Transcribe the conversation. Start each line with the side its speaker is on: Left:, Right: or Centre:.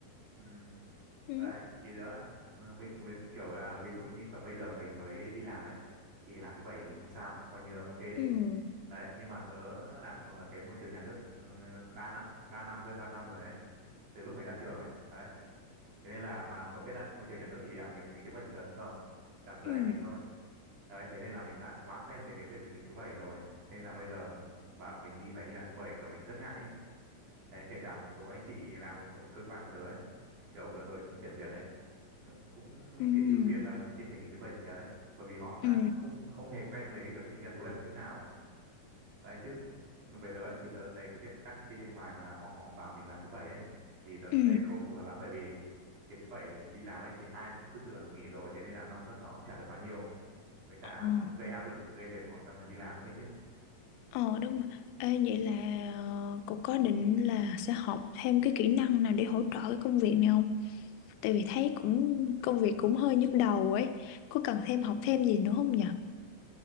Right: Ừm.
Left: Ừ,
Right: đấy thì tớ lại ừ, bị với kiểu là ví dụ như kiểu bây giờ mình mới đi làm ấy thì làm thứ bảy thì không sao coi như là ok đi
Left: ừ,
Right: đấy nhưng mà tớ làm ở cái môi trường nhà nước ừ, ba năm ba năm hơn ba năm rồi ấy từ lúc mới ra trường ấy đấy thế nên là mà cậu biết đấy môi trường nhà nước thì à, mình được nghỉ thứ bảy chủ nhật đúng không làm giờ
Left: ừ,
Right: hành chính thôi đấy thế nên là mình đã quá quen về cái việc được nghỉ thứ bảy rồi thế nên là bây giờ bảo mình đi phải đi làm thứ bảy kiểu mình rất ngại ấy. Đấy, kể cả một số anh chị làm chỗ cơ quan tớ ấy kiểu vừa rồi cũng chuyển việc ấy cũng cũng
Left: ừ,
Right: cái ưu tiên là công ty phải nghỉ thứ bảy chủ nhật đấy bởi vì họ đang
Left: ừ,
Right: không không hề quen về cái việc phải đi làm thứ bảy một chút nào đấy chứ về tớ ấy, thì tớ thấy cái việc các công ty bên ngoài mà họ bảo mình làm thứ bảy ấy thì tớ
Left: ừ,
Right: cũng thấy không phù hợp lắm bởi vì cái thứ bảy đi làm ấy thì ai cũng tư tưởng là nghỉ rồi thế nên là năng suất nó cũng chả được bao nhiêu với cả
Left: ồ.
Right: nó gây áp lực gây mệt mỏi cho người đi làm nữa ấy chứ
Left: Ờ đúng rồi. Ê, vậy là ờ, cô có định là sẽ học thêm cái kỹ năng nào để hỗ trợ cái công việc này không? Tại vì thấy cũng công việc cũng hơi nhức đầu ấy. Có cần thêm học thêm gì nữa không nhỉ?